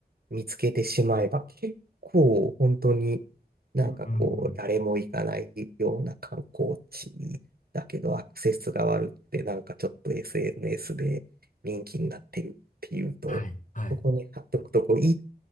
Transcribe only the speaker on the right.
見つけてしまえば結構本当になんかこう誰も行かないような観光地だけどアクセスが悪くてなんかちょっと
SNS で人気になってるっていうとそこに貼っとくとこう行っ